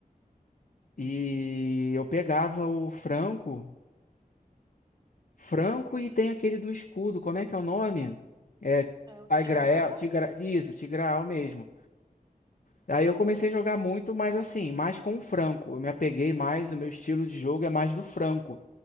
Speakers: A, on the left; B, on the right.
A: E eu pegava o Franco. Franco e tem aquele do escudo, como é que é o nome? É
B: É o
A: Tigrael,
B: Tigreal?
A: Tigra... isso, Tigraal mesmo. Aí eu comecei a jogar muito, mas assim, mais com o Franco. Eu me apeguei mais, o meu estilo de jogo é mais do Franco,